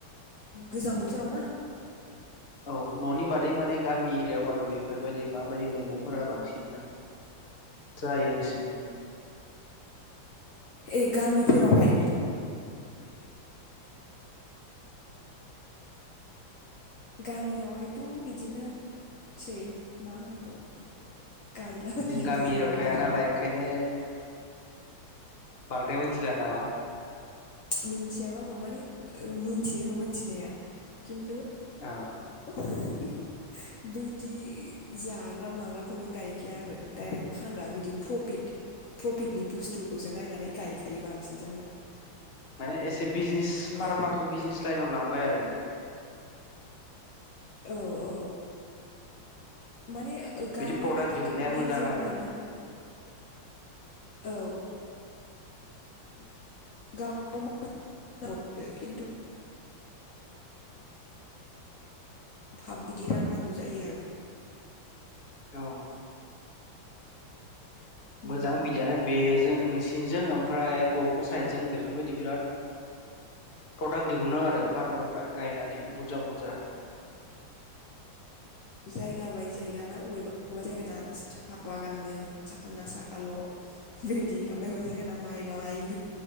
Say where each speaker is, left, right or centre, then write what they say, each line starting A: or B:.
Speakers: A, on the left; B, on the left.
A: गोजां बोथोराव ना?
B: औ न'नि बादै माने गामि एरियायाव आरो बेफोरबायाददि माबायदि मैगंफोरा बांसिन माने जायो नोंसिनियाव।
A: ए गामिफोरावहाय
B: उम।
A: गामियावहायथ' बिदिनोसै मा होनबावनो। गायलाबायो
B: नों गामिरयाव
A: गोजां बोथोरनि
B: थाया नालाय ओंखायनो बांद्राय मिथिला नामा?
A: मिथियाबाबो माने मोनथियो मोनथिनाया खिन्थु‌
B: औ
A: <unintelligible> बैदि जाग्रा माग्राखौनो गायखाया आरो डाइरेक्ट फानग्रा बिदि प्रफिट-प्रफिटनि बुस्थुखौसो नायनानै गायखायो बांसिन जोंना।
B: माने एसे बिजनेस
A: बेबायदि
B: फार्मारखौ
A: आरो
B: बिजनेस लाइनाव लांबाय आरो।
A: औ औ। माने गामियावहाय
B: बिदि प्रडाक्ट
A: थानानै
B: दिहुननाया मोजां
A: जोंहानो
B: आरो
A: औ।
B: उम।
A: <unintelligible> खिन्थु <unintelligible> दि राननांगौ जायो आरो।
B: औ
A: आरो
B: मोजां बिदियानो बेजो नै सिंजों आमफ्राय गफुरसायजों बेफोरबफयदि बिरादय प्रदाक दिहुनो आरो फारमायफोरा गयनानै बुरजा बुरजा <inaudible>
A: जायगा बाय जायगाना अबेबा अबेबा जायगाना साहा बागाननो साखानना साखाल' बेबायदि ओमफाय अबा जायगाना माइ बाइ बि